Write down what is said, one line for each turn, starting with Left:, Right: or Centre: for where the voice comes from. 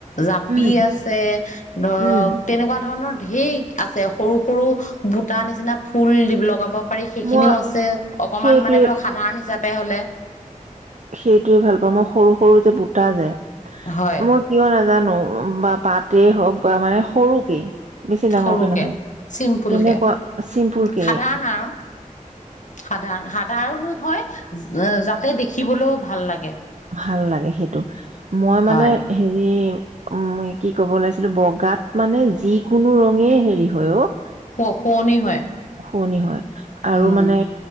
Left: জাপি
Right: উম
Left: আছে, ধৰক
Right: উম
Left: তেনেকুৱা ধৰণৰ ঢেই আছে, সৰু, সৰু বুটা নিচিনা ফুল দি লগাব পাৰি সেইখিনিও
Right: মই
Left: আছে। অকণমান
Right: সেইটোৱে
Left: মানে ধৰক সাধাৰণ হিচাপে হ'লে
Right: সেইটোয়ে ভাল পাওঁ মই, সৰু সৰু যে বুটা যে
Left: হয়
Right: মই কিয় নাজানো? বা পাতে হওঁক বা মানে সৰুকে বেছি ডাঙৰকে
Left: সৰুকে,
Right: নহয়
Left: চিম্পুলকে,
Right: তেনেকুৱা চিম্পুল কে
Left: সাধাৰণ আৰু সাধাৰণ সাধাৰণ হয়, যাতে দেখিবলৈও ভাল লাগে
Right: ভাল লাগে সেইটো, মই মানে
Left: হয়
Right: হেৰি এ' উম, মই কি ক'ব ওলাইছিলো, বগাত মানে যিকোনো ৰঙে হেৰি হয় অ'
Left: শু শুৱনি হয়।
Right: পুৰণি হয়। আৰু
Left: উম
Right: মানে